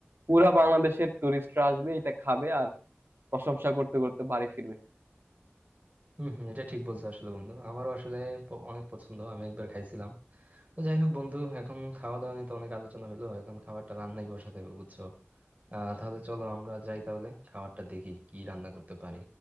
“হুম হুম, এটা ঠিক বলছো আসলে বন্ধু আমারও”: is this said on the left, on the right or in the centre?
Right